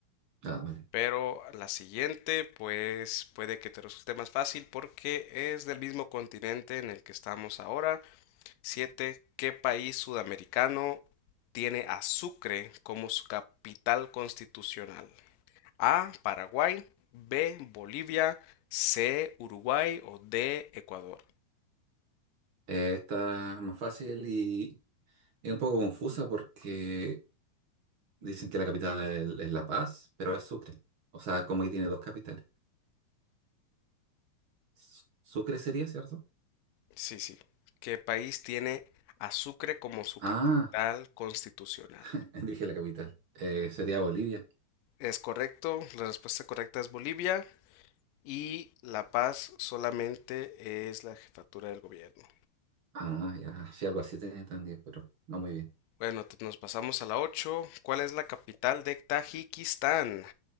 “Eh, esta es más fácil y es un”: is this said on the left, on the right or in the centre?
Right